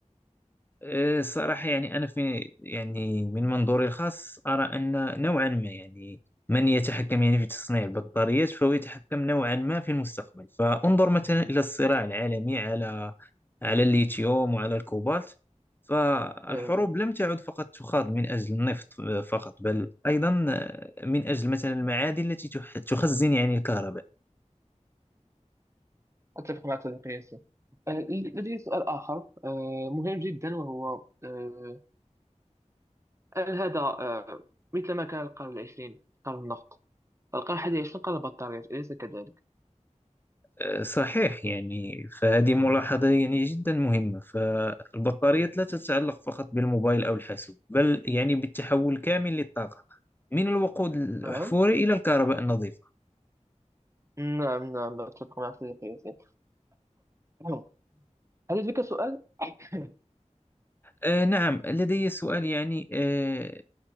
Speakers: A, on the left (about 15°); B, on the right (about 20°).
A: أه، الصراحة يعني أنا في يعني من منظوري الخاص أرى أن نوعا ما يعني من يتحكم يعني في تصنيع البطاريات فهو يتحكم نوعا ما في المستقبل فانظر مثلا إلى الصراع العالمي على على الليثيوم وعلى الكوبالت فالحروب
B: نعم
A: لم تعد فقط تخاض من أجل النفط فقط بل أيضا من أجل مثلا المعادن التي تح- تخزن يعني الكهرباء
B: أتفق معك صديقي ياسين آه، لدي سؤال آخر آه، مهم جدا وهو آه، هل هذا آه، مثل ما كان القرن العشرين قرن النفط القرن الحادي عشر قرن البطاريات أليس كذلك؟
A: أه، صحيح يعني فهذه ملاحظة يعني جدا مهمة فالبطاريات لا تتعلق فقط بالموبايل أو الحاسوب بل يعني بالتحول كامل للطاقة من الوقود الأحفوري
B: نعم
A: إلى الكهرباء النظيفة
B: نعم نعم أتفق مع صديقي ياسين <clears throat> هل لديك سؤال؟ <coughs> <laughs>
A: أه، نعم لدي سؤال يعني أه،